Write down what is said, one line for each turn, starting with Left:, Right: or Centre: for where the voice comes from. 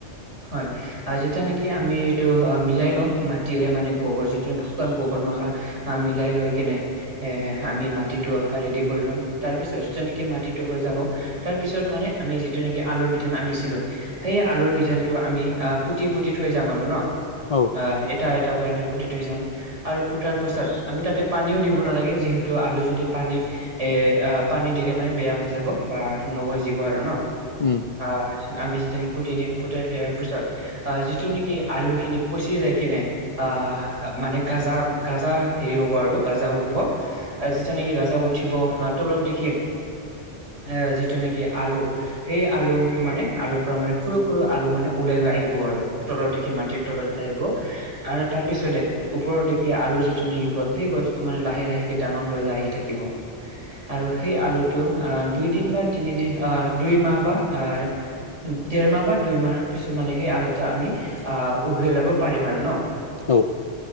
Right: হয়। আঁহ যেতিয়া নেকি আমি এইটো মিলাই লম মাটিৰে মানে গোবৰ যিটো নেি শুকান গোবৰ মাখা। আঁহ মিলাই লৈ কেনে। এ আমি মাটিটো ৰেডি কৰি লম, তাৰ পিছত যিটো নেকি মাটিটো হৈ যাব। তাৰ পিছত মানে আমি যিটো নেকি আলুৰ বিধান আনিছিলোঁ। সেই আলুৰ বিধানটো আমি আঁ পুতি, পুতি থৈ যাম আৰু ন।
Left: অ
Right: অঁ এটা এটাকৈ আমি পুতি থৈ যাম। আৰু পোতাৰ পাছত আমি তাতে পানীও দিব নালাগে, যিহেতু আলু যদি পানীত এ পানী দিলে মানে বেয়া হৈ যাব, বা নগযিব আৰু ন।
Left: উম।
Right: আঁহ আমি যেতিয়া পুতি দিম পুতাই দিয়াৰ পিছত আঁহ যিটো নেকি আলু খিনি পচি যায় কেনে আঁহ মানে গাজা গাজা হেৰি হ'ব আৰু গাজা উঠবো। আঁহ যিটো নেকি গাজা উঠিব আঁহ তলত দেখি, এ যি তেনেকি আলু সেই আলুটো মানে আলুৰ পৰা মানে সৰু সৰু আলু মানে ওলাই আহিব আৰু। তলত দেখি মাটিৰ তলত আহিব আৰু তাৰ পিছতে ওপৰত দেখি আলুৰ যিটো নেকি গছ সেই গছটো মানে লাহে লাহেকে ডাঙৰ হৈ যাই আহি থাকিব। আৰু সেই আলুটো আঁহ দুইদিন বা তিনিদিন আঁহ দুই মাহ বা আঁ দেৰ মাহ বা দুইমাহ পিছত মানে সেই আলুটো আমি আহ, উঘলাব পাৰিম আৰু ন!
Left: অ'।